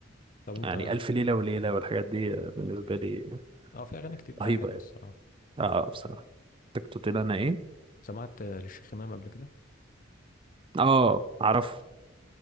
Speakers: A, on the left; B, on the right.
A: طب انت
B: يعني الف ليله وليله والحاجات دي بالنسبه لي
A: اه في اغاني كتير لها
B: رهيبه
A: حلوه
B: يعني
A: الصراحه
B: اه آه، بصراحه أنت كنت بتقول انا ايه
A: سمعت آه، للشيخ امام قبل كده
B: اه اعرفه